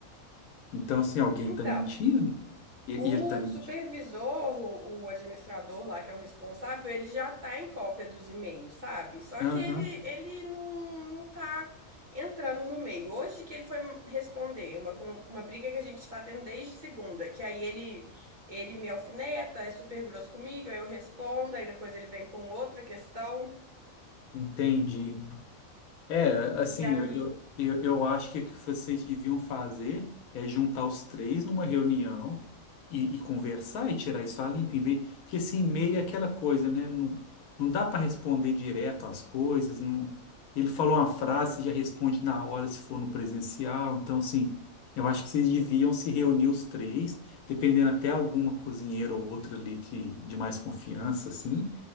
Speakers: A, on the left; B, on the right.
A: então, assim, alguém
B: Então,
A: está mentindo? E,
B: o
A: e ele está mentindo.
B: supervisor, o, o administrador lá, que é o responsável, ele já tá em cópia dos e-mails, sabe? Só
A: Aham,
B: que ele, ele não, não tá entrando no meio. Hoje que ele foi responder uma, com- uma briga que a gente tá tendo desde segunda, que aí ele, ele me alfineta, é super grosso comigo, aí eu respondo, aí depois ele vem com outra questão.
A: entendi. É, assim,
B: E aí,
A: eu, eu, eu eu acho que o que vocês deviam fazer é juntar os três numa reunião e, e conversar e tirar isso a limpo, em vez, porque assim, e-mail é aquela coisa, né? Não, não dá para responder direto às coisas, não, ele falou uma frase, você já responde na hora se for no presencial, então assim, eu acho que vocês deviam se reunir os três, dependendo até alguma cozinheira ou outra ali que, de mais confiança, assim,